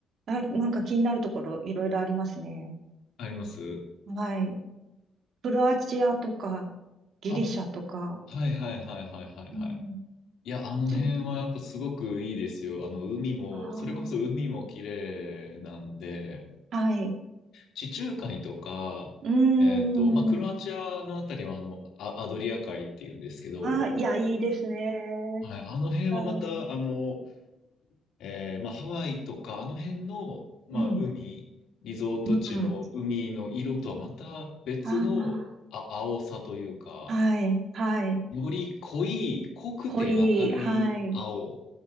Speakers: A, on the right; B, on the left.
A: あ、なんか気になるところ、いろいろありますね。
B: あります。
A: はい。クロアチアとか、ギリシャとか、
B: あ、はいはいはいはいはいはい。
A: うん。
B: いや、あの辺はやっぱすごくいいですよ。
A: ち
B: あの、海も、
A: あ
B: それこそ海も綺麗なんで、
A: あ、はい。
B: 地中海とか、
A: うーん。
B: えっと、まあ、クロアチアのあたりは、あの、ア、アドリア海っていうんですけど、
A: ああ、いや、いいですね。
B: はい、あの辺はまた、
A: はい。
B: あの、えーまあ、ハワイとか、あの辺の、まあ、
A: うん。
B: 海、リゾート地の海の色とはまた別の、
A: うん。あ
B: あ、青さというか、
A: あ、はい、はい。
B: より濃い、濃くて明るい青。
A: 濃い、はい。